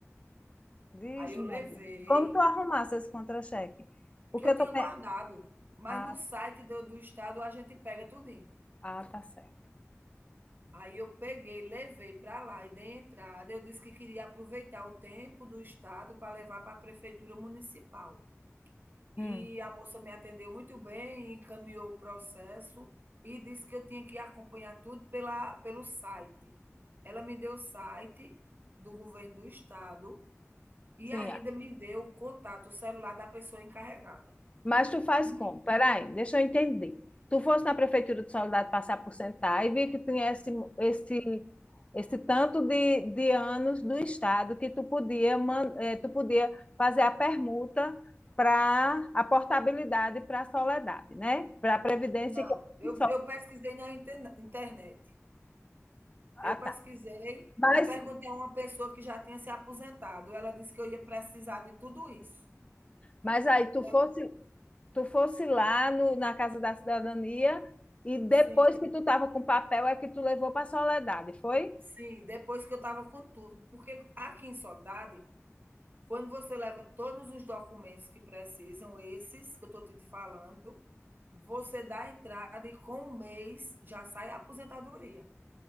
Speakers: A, on the left; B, on the right.
A: diz,
B: Aí eu
A: Maria,
B: levei,
A: como tu arrumasse esse contra-cheque? Porque
B: que eu
A: eu
B: tinha
A: tô... pe-
B: guardado, mas
A: Ah,
B: no site do do Estado a gente pega tudinho.
A: ah, tá certo.
B: Aí eu peguei, levei para lá e dei entrada. Eu disse que queria aproveitar o tempo do Estado para levar para a prefeitura municipal. E
A: Hum.
B: a moça me atendeu muito bem, encaminhou o processo e disse que eu tinha que acompanhar tudo pela pelo site. Ela me deu o site do governo do estado e
A: Sim,
B: ainda me deu o contato, o celular da pessoa encarregada.
A: Mas tu faz
B: E
A: como? Peraí, deixa eu entender. Tu fosse na Prefeitura de Soledade passar por sentar e vi que tinha esse, esse, esse tanto de, de anos do Estado que tu podia, man- eh, tu podia fazer a permuta para a portabilidade para a Soledade, né? Para a Previdência
B: não,
A: que é
B: eu
A: só.
B: eu pesquisei na interna internet.
A: Ah,
B: Eu
A: tá.
B: pesquisei
A: Mas,
B: e perguntei a uma pessoa que já tinha se aposentado, ela disse que eu ia precisar de tudo isso.
A: mas aí tu
B: E
A: fosse,
B: ela
A: tu fosse lá no, na Casa da Cidadania e depois
B: sim,
A: que tu estava com o papel é que tu levou para a Soledade, foi?
B: sim, depois que eu estava com tudo, porque aqui em Soledade Quando você leva todos os documentos que precisam, esses que eu estou te falando, você dá a entrada e com um mês já sai a aposentadoria.